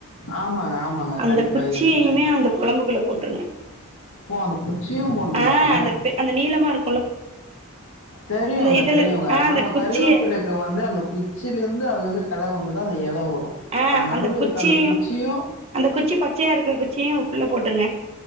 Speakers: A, on the left; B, on the right.
A: ஆமாங்க ஆமாங்க
B: அந்த
A: கண்டிப்பா
B: குச்சியுமே
A: இருக்குங்க
B: அந்த கொழம்புக்குள்ள போட்ருங்க
A: ஓ அந்த குச்சியு போட்ணுமாங்க
B: ஆ அந்த பெ அந்த நீளமா இருக்
A: தெரியுங்க
B: இதுல
A: தெரியுங்க
B: ஆ
A: நம்ம
B: அந்த குச்சிய
A: கறிவேப்பில கு வந்து அந்த குச்சில இருந்து அதுலருந்து கெள வந்துதா அந்த எல வரு
B: ஆ
A: அந்த நடுல
B: குச்சியையு
A: இருக்க அந்த குச்சியு
B: அந்த குச்சி பச்சையா இருக்கிற குச்சியு அதுக்குள்ள போட்ருங்க